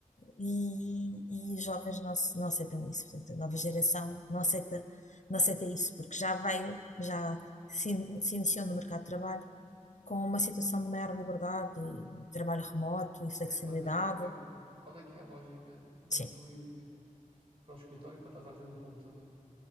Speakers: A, on the left; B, on the right.
A: e, e os jovens não, ace- não aceitam isso. Portanto, a nova geração não aceita, não aceita isso, porque já veio, já se, in- se iniciou no mercado de trabalho com uma situação de maior liberdade e trabalho remoto e flexibilidade.
B: É, mas é óbvio. Ah, qu- Qual é que é a lógica de
A: Sim,
B: tu ir para o escritório para estás à frente do computador?